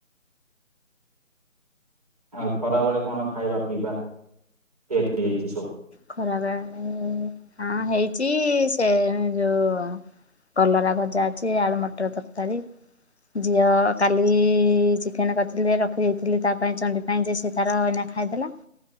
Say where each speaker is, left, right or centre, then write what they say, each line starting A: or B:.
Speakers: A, on the right; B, on the left.
A: ଆଉ ଖରାବେଳେ କଣ ଖାଇବା ପିଇବା ତିଆରି ହେଇଛି ସବୁ?
B: ଖରା ବେ ହଁ ହେଇଚି ସେ ଯୋଉ କଲରା ଭଜା ଅଛି ଆଳୁ ମଟର ତରକାରୀ। ଝିଅ କାଲି ଚିକେନ୍ କରିଥିଲେ ରଖିଦେଇଥିଲି ତା ପାଇଁ ଚଣ୍ଡି ପାଇଁ ସେ ତାର ଏଇନା ଖାଇଦେଲା,